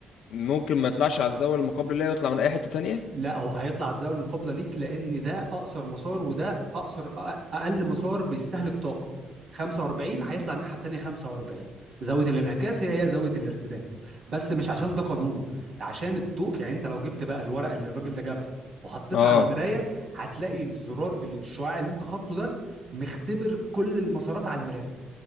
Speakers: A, on the left (about 80°); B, on the right (about 60°).
A: ممكن ما يطلعش على الزاويه المقابله ليا ويطلع من اي حته تانية
B: لا هو هيطلع الزاويه المقابله ليك لان ده اقصر مسار وده اقصر أ- اقل مسار بيستهلك طاقه 45 هيطلع الناحيه التانيه 45 زاويه الانعكاس هي هي زاويه الارتداد بس مش عشان ده قانون ده عشان الضوء يعني انت لو جبت بقى الورقه اللي الراجل ده جابها وحطيتها
A: اه
B: على المرايه هتلاقي الزرار الشعاع اللي انت خبطه ده مختبر كل المسارات على المرايه